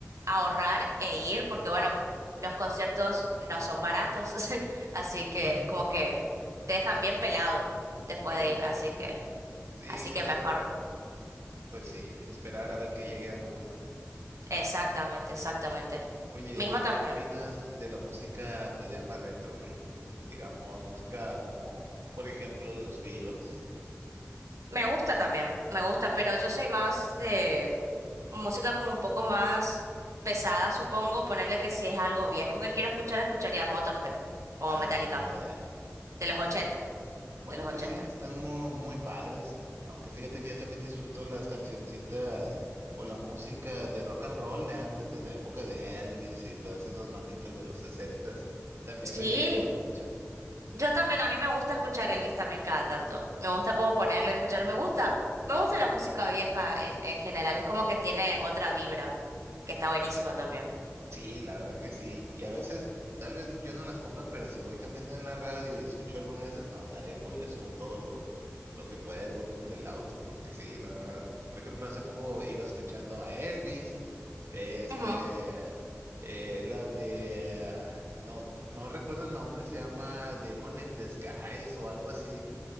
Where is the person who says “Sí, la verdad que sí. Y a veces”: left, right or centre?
Right